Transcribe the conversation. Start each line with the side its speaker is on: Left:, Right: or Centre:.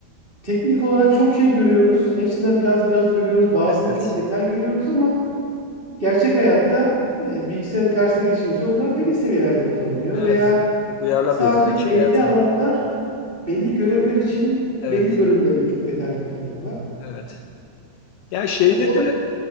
Right: teknik olarak çok şey görüyoruz. Hepsinden biraz biraz görüyoruz. Bazısını
Left: Evet.
Right: çok detay görüyoruz ama gerçek hayatta e, bilgisayarın karşısına geçince onlar belli seviyelerde kullanılıyor
Left: Evet.
Right: veya
Left: Çok uyarlamıyoruz
Right: sadece
Left: gerçek
Right: belli
Left: hayata.
Right: alanlar, belli görevler için
Left: Evet.
Right: belli bölümlerini çok detaylı kullanıyorlar.
Left: Evet. Ya şeyde
Right: Yani o
Left: de
Right: da